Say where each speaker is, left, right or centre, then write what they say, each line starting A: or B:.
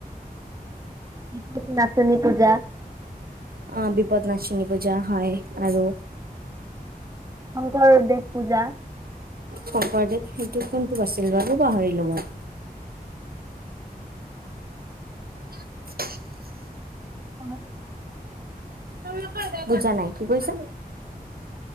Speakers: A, on the right; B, on the right.
A: ত্ৰিপতি নাচনী পূজা
B: অ', বিপদনাচমী পূজা হয়। আৰু
A: শংকৰদেৱ পূজা
B: শংকৰদেৱ সেই তোক কোনটোক আছিল বা পাহৰিলো মই থছ
A: অ'
B: তই নকয়, বুজা নাই কি কৈছা।